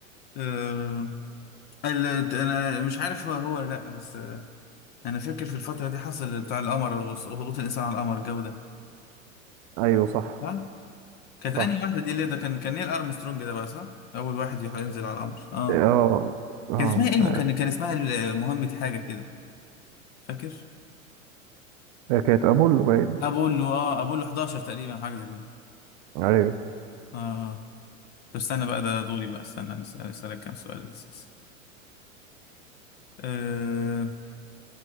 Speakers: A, on the left; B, on the right.
A: أه... ال- انا مش عارف هو هو ولا لا بس انا فاكر في الفتره دي حصل بتاع القمر وهبوط الانسان على القمر الجو ده
B: أيوه صح
A: صح كانت
B: صح
A: انهي واحده دي اللي ده كان كان نيل ارمسترونج ده بقى صح اول واحد يروح ينزل على القمر اه
B: اه اه
A: كان اسمها
B: أنت-
A: ايه المكان كان كان اسمها ال- مهمه حاجه كده فاكر
B: كانت أبولو باين
A: ابولو اه ابولو 11 تقريبا حاجه زي كده
B: أيوه
A: اه اه طب استنى بقى ده دوري بقى استنى أسأل- اسالك كام سؤال لذيذ آه...